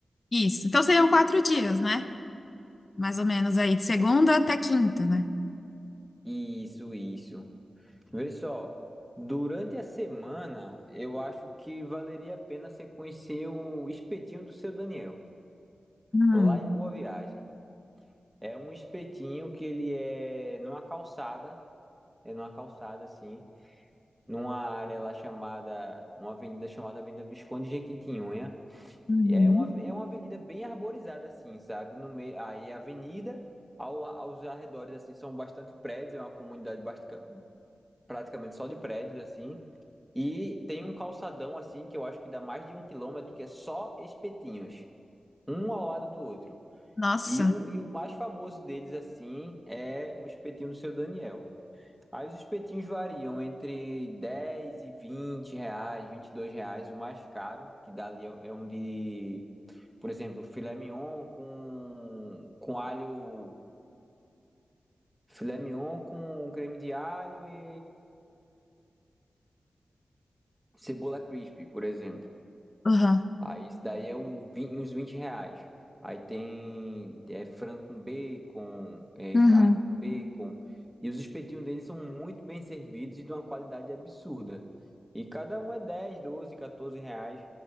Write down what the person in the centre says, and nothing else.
Isso, isso. Vê só, durante a semana, eu acho que valeria a pena você conhecer o espetinho do seu Daniel,
lá em Boa Viagem. É um espetinho que ele é numa calçada, é numa calçada assim, numa área lá chamada, uma avenida chamada Avenida Visconde de Jequitinhonha.
E É uma, é uma avenida bem arborizada, assim, sabe? No meio, aí a avenida, ao- aos arredores, assim, são bastante prédios, é uma comunidade bastica- praticamente só de prédios, assim. E tem um calçadão, assim, que eu acho que dá mais de um quilômetro, que é só espetinhos, um ao lado do outro.
E, um, e o mais famoso deles, assim, é o espetinho do Seu Daniel. Aí os espetinhos variam entre 10 e 20 reais, 22 reais, o mais caro, que dá ali é é um de por exemplo, filé mignon com, com alho. Filé mignon com creme de alho e cebola crispy por exemplo.
Aí isso daí é um, vin- uns 20 reais. Aí tem é, frango com bacon, é,
carne com bacon. E os espetinhos deles são muito bem servidos e de uma qualidade absurda. E cada um é dez doze 14 reais.